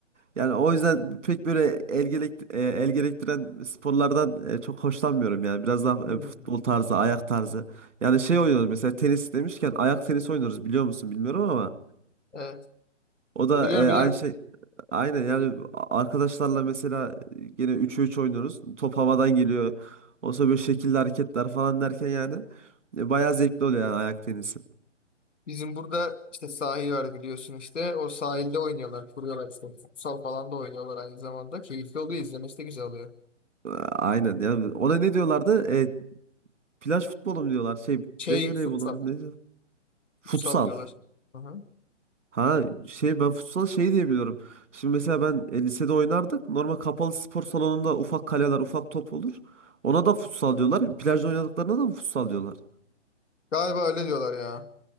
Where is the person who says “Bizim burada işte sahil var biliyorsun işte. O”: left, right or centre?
Left